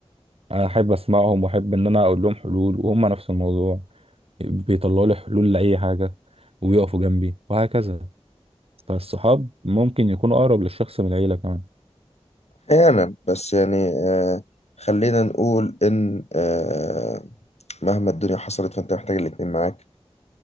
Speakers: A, on the right (about 60°); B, on the left (about 75°).
A: انا احب اسمعهم واحب ان انا اقول لهم حلول وهم نفس الموضوع بيطلعوا لي حلول لاي حاجه ويقفوا جنبي وهكذا فالصحاب ممكن يكونوا اقرب للشخص من العيله كمان
B: احيانا بس يعني آه خلينا نقول ان آه مهما الدنيا حصلت فانت محتاج الاتنين معاك